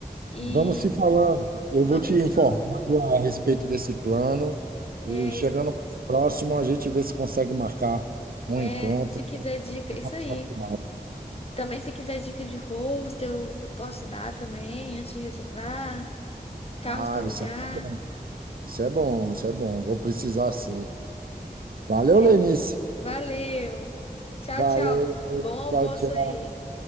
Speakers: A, on the left; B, on the right.
A: E
B: Vamos se falando. Eu
A: vamos
B: vou te
A: nos
B: informando
A: falando.
B: a respeito desse plano
A: É,
B: e chegando
A: isso-
B: mais próximo, a gente vê se consegue marcar um
A: é,
B: encontro.
A: se quiser dica,
B: uma
A: isso aí.
B: foto lá.
A: Também, se quiser dica de hostel, eu posso dar também, antes de reservar. Carros
B: Ah,
A: para
B: isso
A: alugar.
B: é bom, isso é bom, isso é bom. Vou precisar sim. Valeu,
A: Beleza.
B: Lenice.
A: Valeu. Tchau,
B: Valeu,
A: tchau. Bom almoço
B: tchau, tchau.
A: aí.